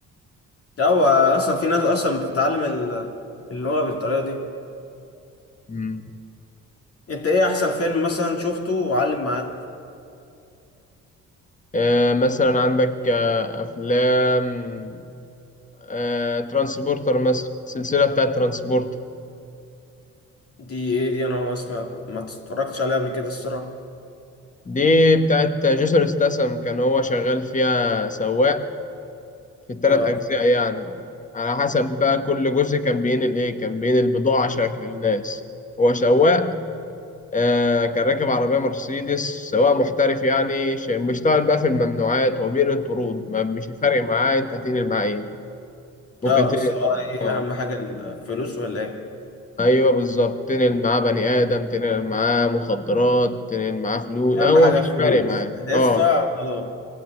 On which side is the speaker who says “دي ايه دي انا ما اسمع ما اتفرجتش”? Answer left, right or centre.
Left